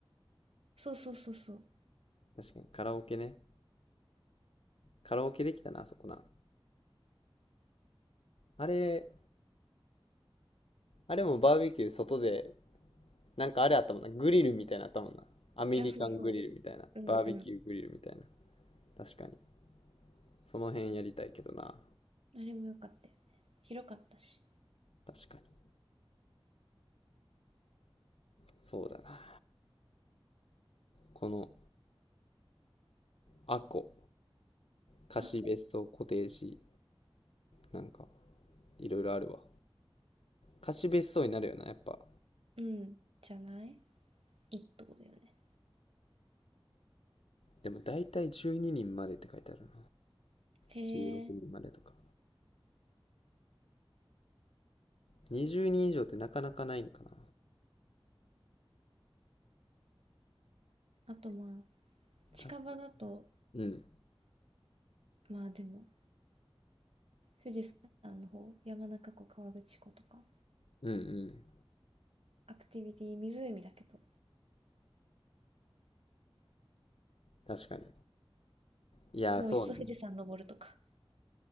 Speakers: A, on the right; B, on the left.
A: そうそうそうそう。
B: 確かに、カラオケね。カラオケできたな、あそこな。あれ、あれもバーベキュー外で、なんかあれあったもんな。グリルみたいなのあったもんな。アメリカングリルみたいな。
A: いや、そうそう。うんうん。
B: バーベキューグリルみたいな。確かに。その辺やりたいけどな。
A: あれも良かったよね。広かったし。
B: 確かに。そうだな。この、アコ、貸別荘、
A: あ、こ
B: コテージ、なんか、いろいろあるわ。貸別荘になるよな、やっぱ。
A: うん。じゃないいいってことよね。
B: でも大体12人までって書いてあるな。
A: へえ。
B: 16人までとか。20人以上ってなかなかないんかな。
A: あとまあ、近場だと、
B: たうん。
A: まあでも、富士山の方、山中湖、河口湖とか、
B: うんうん。
A: アクティビティ、湖だけど、
B: 確かに。いやー、
A: もういっそ富士山登るとか。
B: そうね。